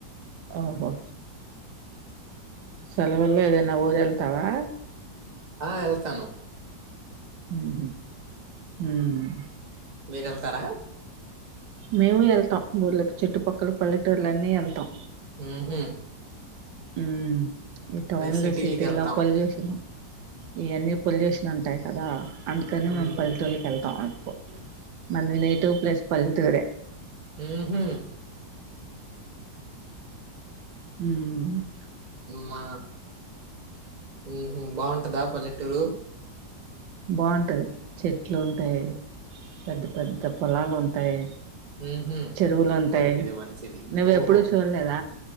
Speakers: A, on the right; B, on the right.
A: ఓహో సెలవుల్లో ఏదైన ఊరెళ్తావా
B: ఆ ఎళ్తాను
A: ఊహుం హ్మ్
B: మీరు ఎళ్తారా
A: మేము ఎళ్తాం ఊర్ళకి చుట్టుపక్కల పల్లెటూర్ల అన్నీ ఎళ్తాం.
B: ఊహుం
A: ఉమ్ ఈ టౌన్
B: సిటీలకెళ్తాం.
A: లో సిటీలో పొల్యూషన్ ఉ ఇయన్నీ పొల్యూషన్ ఉంటాయి కదా అందుకనే
B: హ్మ్
A: మేము పల్లెటూళ్లకి ఎళ్తాం. పొ మంది నేటివ్ ప్లేస్ పల్లెటూరె
B: ఊహుం
A: మ్
B: మా ఉహుం బాగుంటదా పల్లెటూరు
A: బాంటది చెట్లు ఉంటాయి. పెద్ద పెద్ద పొలాలు ఉంటాయి.
B: హుహు
A: చెరువులు ఉంటాయి
B: మంచిది మంచిది
A: నువ్వు
B: ఓహో
A: ఎప్పుడు చూడలేద